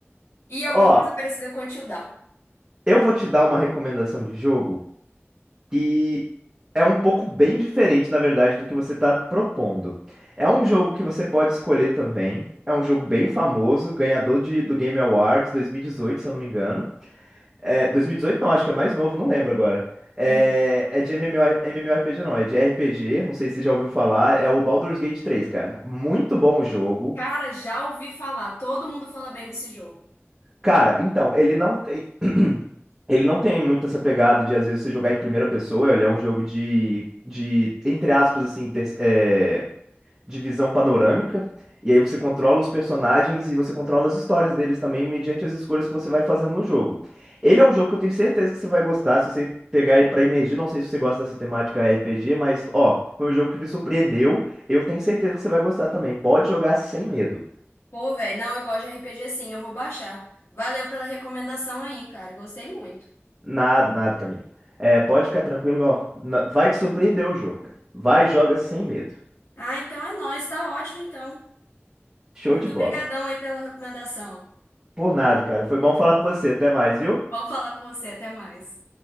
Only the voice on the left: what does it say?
E alguma
coisa parecida com Until Dawn.
Uhum.
Cara, já ouvi falar, todo mundo fala bem desse jogo.
Pô, velho, não, eu gosto de RPG sim, eu vou baixar. Valeu pela recomendação aí, cara, gostei muito.
Ah, então é nóis, tá ótimo então.
Muito
obrigadão aí pela recomendação.
Vamos falar com você, até mais.